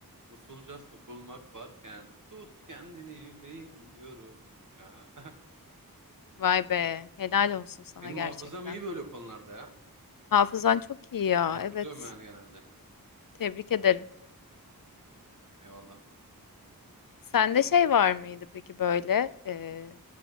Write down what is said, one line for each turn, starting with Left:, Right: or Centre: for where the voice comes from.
Right: usulca sokulmak varken tut kendini yüreğim diyorum. Ya
Left: Vay be. Helal olsun
Right: <laughs>
Left: sana
Right: benim
Left: gerçekten.
Right: hafızam iyi böyle konularda ya.
Left: Hafızan çok iyi ya.
Right: Ben hatırlıyorum
Left: Evet.
Right: yani genelde.
Left: Tebrik ederim.
Right: Eyvallah.
Left: Sende şey var mıydı peki böyle e,